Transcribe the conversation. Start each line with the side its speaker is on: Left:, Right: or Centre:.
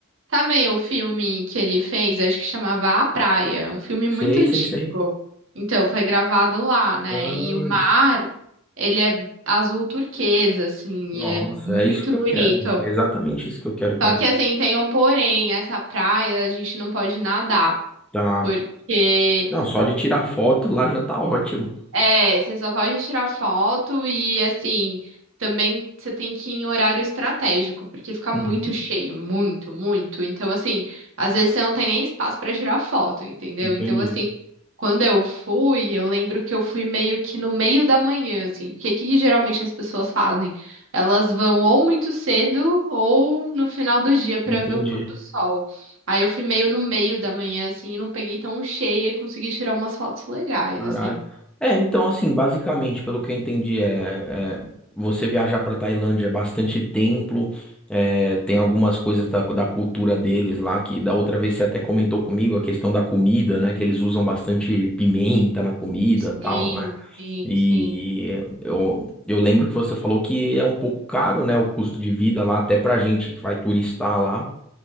Right: Também o filme que ele fez, acho que chamava A Praia, é um filme muito
Centre: Sei,
Right: antigo.
Centre: sei, sei.
Right: Então, foi gravado lá, né?
Centre: Ah,
Right: E o mar, ele é azul turquesa, assim,
Centre: Nossa,
Right: é muito
Centre: é isso que
Right: bonito.
Centre: eu quero. É exatamente isso que eu quero conhecer.
Right: Só que, assim, tem um porém, essa praia a gente não pode nadar,
Centre: Tá.
Right: porque
Centre: Não, só de tirar foto lá já tá ótimo.
Right: É, você só pode tirar foto e assim, também você tem que ir em horário estratégico, porque fica muito
Centre: Uhum.
Right: cheio, muito, muito. Então, assim, às vezes você não tem nem espaço pra tirar foto, entendeu?
Centre: Entendi,
Right: Então, assim, quando eu fui, eu lembro que eu fui meio que no meio da manhã, assim, porque o que que geralmente as pessoas fazem? Elas vão ou muito cedo ou no final do dia pra
Centre: entendi.
Right: ver o pôr do sol. Aí eu fui meio no meio da manhã, assim, e não peguei tão cheia e consegui tirar umas fotos legais,
Centre: Caraca.
Right: assim.
Centre: É, então, assim, basicamente, pelo que eu entendi, é, é, você viajar pra Tailândia é bastante templo, é, tem algumas coisas da, da cultura deles lá, que da outra vez você até comentou comigo a questão da comida, né? Que eles usam bastante pimenta na comida,
Right: Sim,
Centre: tal, não é?
Right: sim,
Centre: E
Right: sim.
Centre: eu, eu lembro que você falou que é um pouco caro, né, o custo de vida lá, até pra gente que vai turistar lá.